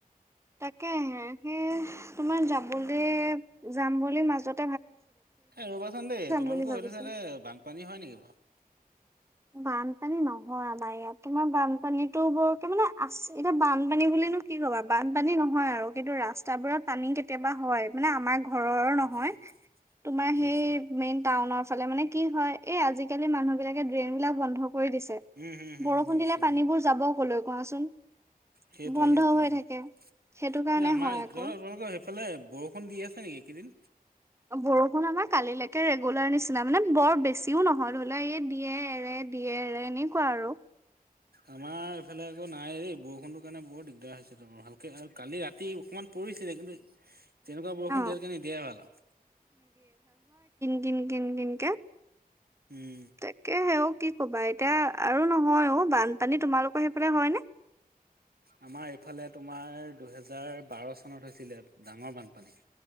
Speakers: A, on the right; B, on the right.
A: তাকেহে সেই তোমাৰ যাবলে যাম বুলি মাজত
B: এ ৰবাচোন দেই তোমালোকৰ
A: বুলি ভাবিছিলো।
B: সেইটো চাদে বানপানী হয় নেকি বাৰু?
A: বানপানী নহয় আমাৰ ইয়াত তোমাৰ বানপানীটো বৰকে মানে আছে এতিয়া বানপানী বুলিনো কি কি কবা বানপানী নহয় আৰু কিন্তু ৰাস্তাবোৰত পানী কেতিয়াবা হয় মানে আমাৰ ঘৰৰ নহয়
B: অ', অ'।
A: তোমাৰ
B: বুজিছোঁ
A: সেই মেনটাউনত ইফালে মানে কি হয় এই আজিকালি মানুহ বিলাকে ড্ৰেইন বিলাক বন্ধ হৈ দিছে
B: উম, হম, হম
A: বৰষুণ
B: বুজিছোঁ
A: দিলে পানীবোৰ যাব কলৈ কোৱাচোন।
B: সেইটোৱে
A: বন্ধ
B: সেইটোৱে
A: হৈ থাকে সেইটো কাৰণে
B: অ'। আমাৰ
A: হয় আকৌ।
B: ধৰা তোমালোকৰ সেইফালে বৰষুণ দি আছে নেকি এই কেইদিন?
A: বৰষুণ আমাৰ কালিলৈকে ৰেগুলাৰ নিচিনা মানে বৰ বেছিও নহয় ধৰি লোৱা এই দিয়ে এৰে দিয়ে দিয়ে এৰে এনেকুৱা আৰু।
B: আমাৰ এইফালে আকৌ নাই বৰষুণটো কাৰণে বৰ দিগদাৰ হৈছে তোমাৰ ভালকে আৰু কালি ৰাতি অকণমান পৰি ছিলে কিন্তু তেনেকুৱা বৰষুণ
A: অ
B: দিয়াতকে নিদিয়াই ভাল আৰু।
A: কিন-কিন-কিনকে।
B: উম।
A: তাকেহে অঔ কি কবা এতিয়া আৰু নহয় অ বানপানী তোমালোকৰ সেইফালে হয় নে?
B: আমাৰ এইফালে তোমাৰ দুহেজাৰ বাৰ চনত হৈছিলে ডাঙৰ বানপানী।